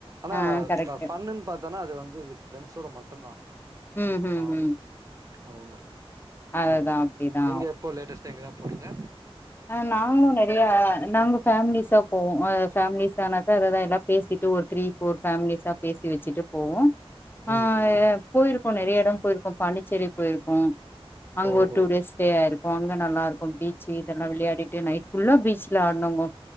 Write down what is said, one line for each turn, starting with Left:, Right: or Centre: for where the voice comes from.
Right: ஆனா
Left: ஆ கரெக்ட்டு
Right: ஃபன்னு பாத்து ஏனா அது வந்து பிரண்ட்ஸ்ட மட்டும் தான்
Left: ம் ம்
Right: ஆ
Left: ம்
Right: அது ஒண்ணு இருக்கு
Left: அததா
Right: ம்
Left: அப்டிதா
Right: நீங்க எப்போ லேட்டஸ்ட்சா எங்கனா போனிங்களா
Left: ஆஹ நாங்களு நெறைய நாங்க ஃபேமிலிஸா போவோ அ ஃபேமிலிஸ் ஆனானக்காக அது தா எல்லா பேசிட்டு ஒரு த்ரீ ஃபோர் ஃபேமிலிஸா பேசி வச்சுட்டு போவோ
Right: ம்
Left: ஆ
Right: ம்
Left: போயிருக்கோ நெறைய இட போயிருக்கோ பாண்டிச்சேரி போயிருக்கோ அங்க
Right: ஓஹோ
Left: ஒரு டூ டேஸ் ஸ்டே ஆயிருக்கோ அங்க நல்லா இருக்கும் பீச்சு இது எல்லா விளையாடியிட்டு நைட்டு ஃபுல்லா பீச்சல ஆடுன்னோங்கோ